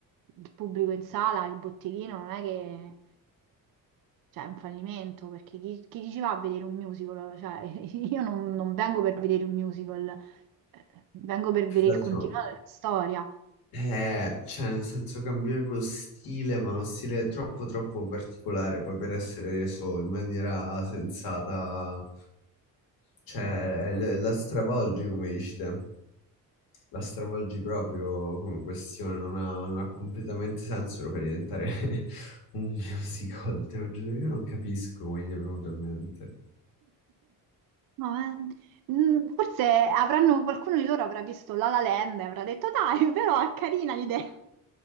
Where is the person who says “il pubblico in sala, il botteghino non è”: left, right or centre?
Right